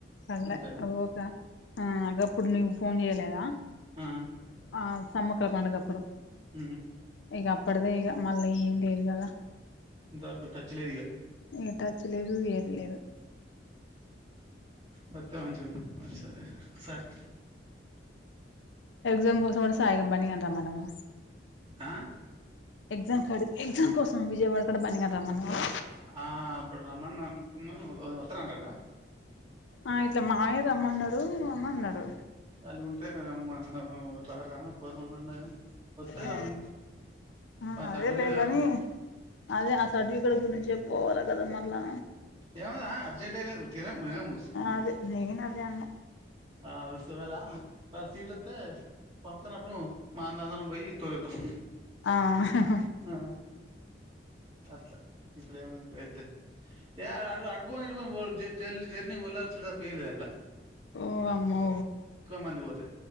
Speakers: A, on the left (about 85°); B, on the right (about 35°).
A: కొనళ్లే
B: అంతేనా
A: ఉకే అదే అప్పుడు నీవు ఫోన్ చేయలేదా
B: ఆ
A: ఆ సమ్మక్కల పండుగప్పుడు
B: ఉమ్
A: ఇక అప్పటిదే ఇక మళ్ళీ ఏం లేదు కదా
B: ఇంతవరకు టచ్ లేదు ఇగ
A: ఇంగ టచ్ లేదు ఏం లేదు
B: మొత్తం వాంచుకొండి ఓకసారి సార్
A: ఎగ్జామ్ కోసం ఒకసారి సాయి గాని బన్ని గాన్ని తే మనవా
B: ఆ
A: ఎగ్జామ్ క <unintelligible> స్కూల్ కోసం విజయవాడ కడ బన్ని గాన్ని రమ్మన్నావా
B: ఆ ఇప్పుడు రమ్మన్ననకున్నా వొత్తాని అంటున్నాడ
A: ఆ ఇట్లా మామయ్య రమ్మన్నాడు రామ్మన్నాడు
B: వాళ్ళు ఉంటే రామ్మన్న రా రా పొరా అన్నగా వత్తే
A: ఆ
B: రమ్మ
A: ఆ
B: వాని
A: అదే
B: సర్టిఫికేట్
A: లేగాని
B: కాలేదంటే
A: అదే అ సర్టీఫికేట్ గురించి చెప్పు కొవాళ్ళ కదా మళ్ళా
B: ఏమ అర్జెంటైనాలో ఉర్తున ఉ ము <inaudible> స్మ
A: అదే నేను అదే అన్నా
B: ఆ ఉత్సవాల <unintelligible> వాళ సీట్ వస్తే పంపన్నప్పుడు మాన అందరం పోయి తోలొద్దాం
A: ఆ హ
B: వునా అట్లా ఇప్పుడు ఏమ్ అయితాది అయితే ఏ అటు పొండి ఇటు పొండి జల్ది జర్నీని వల్లసుడు పైయిన్ <unintelligible> ఇదా
A: ఓ అమ్మో
B: మంది పోతే